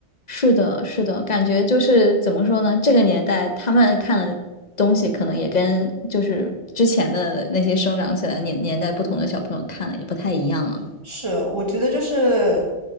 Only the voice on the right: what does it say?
是，我觉得就是